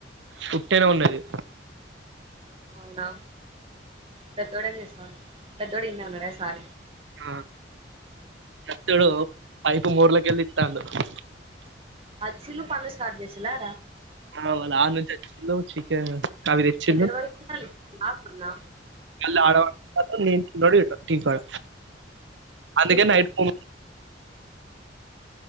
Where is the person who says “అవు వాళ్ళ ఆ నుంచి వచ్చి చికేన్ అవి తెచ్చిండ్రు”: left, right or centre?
Right